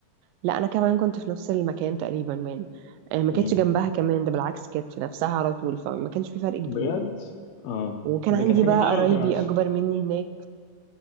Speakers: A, on the right; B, on the left.
A: لا انا كمان كنت في نفس المكان تقريبا يعني آه، ما
B: امم
A: كانتش جنبها كمان ده بالعكس كانت في نفسها على طول فما كانش في فرق كبير
B: بجد؟ اه
A: وكان
B: طب
A: عندي
B: ده كانت حاجه
A: بقى
B: حلوه
A: قرايبي
B: ولا حاجه وحشه؟
A: اكبر مني هناك